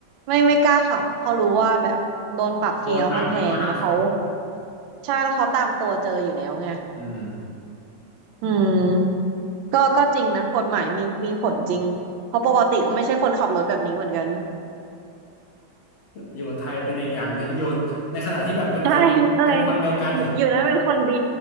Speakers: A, on the right; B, on the left.
A: ไม่ไม่กล้าขับเพราะรู้ว่าแบบโดนปรับทีแล้วมันแพงแล้วเขา
B: โดนหนักมาก
A: ใช่แล้วเขาตามตัวเจออยู่แล้วไง
B: อืม
A: อืมก็ก็จริงนะกฎหมายมีมีผลจริงเพราะปกติก็ไม่ใช่คนขับรถแบบนี้เหมือนกัน
B: อยู่ไทยเป็นอีกอย่างหนึ่งอยู่ในขณะที่แบบเป็นคนคนเป็นคนเดียวกัน
A: ใช่ใช่อยู่อยู่นั้นเป็นคนดี